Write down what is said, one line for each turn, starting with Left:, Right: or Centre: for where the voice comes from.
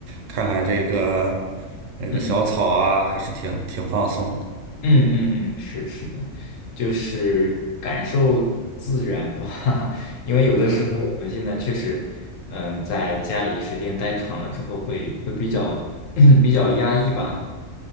Right: 看看这个那个小草啊，
Left: 嗯
Right: 还是挺挺放松的。
Left: 嗯嗯，嗯是是的，就是感受自然吧，<laughs> 因为有的时候我们现在确实，
Right: 嗯哼，
Left: 嗯，在家里时间待长了之后会，会比较 <clears throat> 比较压抑吧。